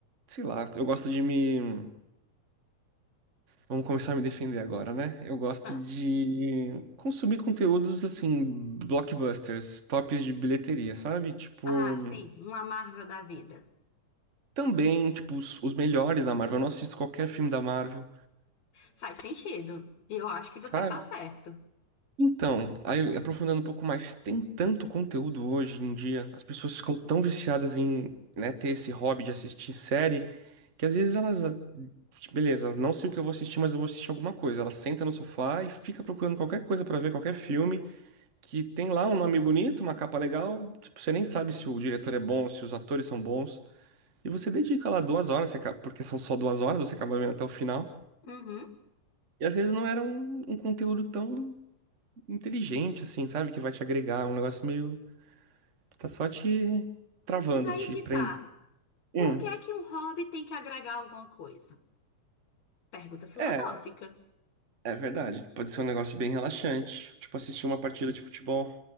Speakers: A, on the right; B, on the left.
A: sei lá. Eu gosto de me. Vamos começar a me defender agora, né? Eu gosto
B: Ah,
A: de consumir conteúdos assim, blockbusters, tops de bilheteria, sabe? Tipo,
B: ah, sim, uma Marvel da vida.
A: também, tipo, os, os melhores da Marvel. Eu não assisto qualquer filme da Marvel.
B: Faz sentido. E eu acho que você
A: sabe?
B: está certo.
A: Então, aí aprofundando um pouco mais, tem tanto conteúdo hoje em dia, as pessoas ficam tão viciadas em, né, ter esse hobby de assistir série, que às vezes elas, ah, tipo, beleza, não sei o que eu vou assistir, mas eu vou assistir alguma coisa. Ela senta no sofá e fica procurando qualquer coisa pra ver, qualquer filme, que tem lá um nome bonito, uma capa legal, tipo, você nem sabe se o diretor é bom, se os atores são bons, e você dedica lá duas horas, você acaba- porque são só duas horas, você acaba vendo até o final.
B: Uhum.
A: E às vezes não era um, um conteúdo tão inteligente, assim, sabe? Que vai te agregar. Um negócio meio. que Tá só te travando,
B: Mas aí
A: te
B: que
A: prendendo.
B: tá.
A: Hum.
B: Por que é que um hobby tem que agregar alguma coisa? Pergunta filosófica.
A: É, é verdade. Pode ser um negócio bem relaxante. Tipo, assistir uma partida de futebol.